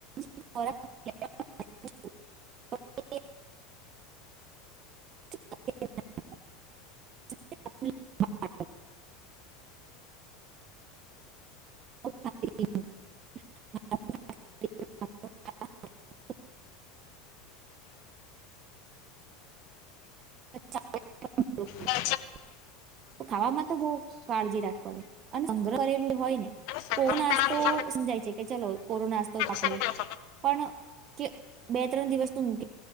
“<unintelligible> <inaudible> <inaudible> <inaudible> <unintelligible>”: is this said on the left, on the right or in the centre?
Right